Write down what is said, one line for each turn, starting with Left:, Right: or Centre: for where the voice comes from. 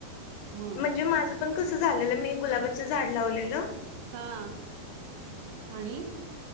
Right: म्हणून
Left: म्हणजे माझं पण कसं झालेलं मी गुलाबाच झाड लावलेलं.
Right: हा आणि